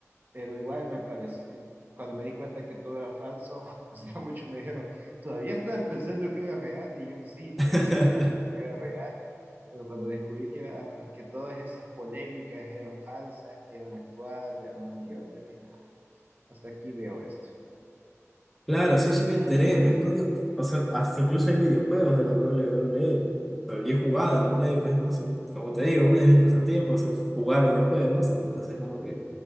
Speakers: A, on the right (about 40°); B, in the centre.
A: pero igual me pareció, cuando me di cuenta que todo era falso, <laughs> o sea, muchos me dijeron, ¿todavía estabas pensando que era real? Y yo sí,
B: <laughs>
A: pensé en un momento que era real, pero cuando descubrí que, era, que todas esas polémicas eran falsas, que eran actuadas, ya en un guión, yo dije, "Ah, hasta aquí veo esto,
B: Claro, sí, sí me enteré,
A: no me
B: pues
A: gusta.
B: no, yo, o sea, hasta incluso hay videojuegos de la WWE, pero yo he jugado en la Play, pues no, Son- como te digo, uno de mis pasatiempos es jugar videojuegos, entonces es como que,